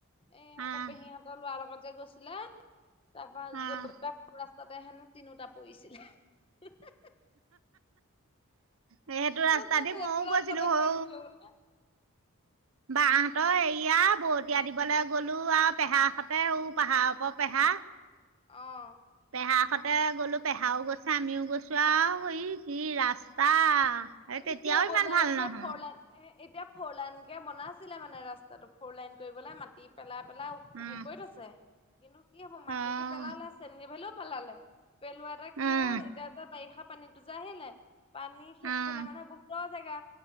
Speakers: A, on the left (about 25°); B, on the right (about 70°).
A: এ ইহঁতৰ
B: অ',
A: পেহীহঁতৰ ল'ৰাৰ লগত যে গৈছিলে, তাৰপা
B: অ',
A: গৈ পাই ৰাস্তাতে হেনো তিনিওটা পৰিছিলে, হি হা হা।
B: সেইটো ৰাস্তা
A: মোক কৈছে
B: দি মইও
A: এইটো ৰাস্তাতে
B: গৈছিলো হৌ
A: পৰিছিলো বোলে।
B: বাহঁতৰ এৰিয়া বহুত। এতিয় দিবলৈ গ'লো আৰু পেহা সতে পাহাৰ ওপ পেহা।
A: অঁ।
B: পেহা হতে গ'লো, পেহাও গৈছে আমিও গৈছো আৰু এই কি ৰাস্তা। এই তেতিয়াও
A: এতিয়া বনাইছে
B: ইমান ভাল নহয়,
A: ফলেন। এ' এতিয়া ফৰ লাইন কে বনাইছিলে মানে ৰাস্তাটো ফ'ৰ লাইন কৰিবাই মাটি পেলাই- পেলাই।
B: উম,
A: হে কৰি থৈছে, কিন্তু কি হ'ব
B: অ',
A: মাটিতটো পেলালে চেনগেভেলিও পেলালে। পেলোৱা এটা
B: উম,
A: কি হল এতিয়া যে বাৰিষা পানীতটো যে আহিলে পানী।
B: উম,
A: এইফালে মানে বহুতৰ জেগা,